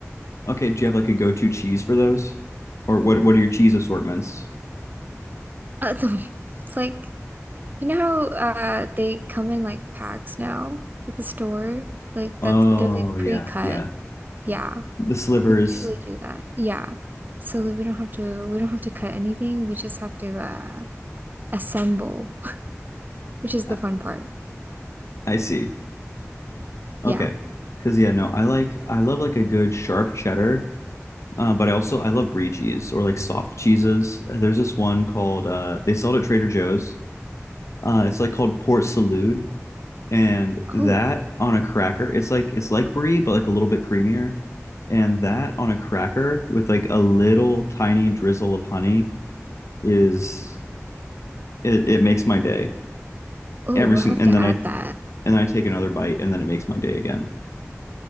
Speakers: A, on the left; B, on the right.
A: Okay, do you have like a go-to cheese for those? Or what what are your cheese assortments?
B: Uh, <laughs> the- it's like you know how uh they come in like packs now at the store, like that
A: Oh,
B: they're like pre-cut.
A: yeah, yeah.
B: Yeah,
A: The slivers.
B: we usually do that. Yeah, so that we don't have to we don't have to cut anything. We just have to uh assemble, <laughs> which is the
A: I,
B: fun part.
A: I see. Okay.
B: Yeah.
A: Cause yeah, no, I like I love like a good sharp cheddar, uh, but I also I love brie cheese or like soft cheeses. There's this one called uh, they sell it at Trader Joe's. Uh, it's like called Port Salut, and
B: Oh,
A: that on a cracker, it's like it's like brie but like a little bit creamier, and that on a cracker with like a little tiny drizzle of honey is it, it makes my day
B: oh,
A: every
B: we'll
A: single.
B: have
A: And
B: to
A: then
B: add
A: I
B: that.
A: and then I take another bite, and then it makes my day again.